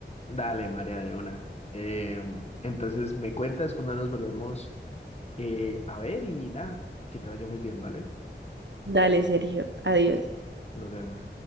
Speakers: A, on the left; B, on the right.
A: Dale, María de una. Em, entonces me cuentas cuando nos volvemos eh, a ver y nada, que te vaya muy bien, ¿vale?
B: Dale, Sergio, adiós.
A: Nos vemos.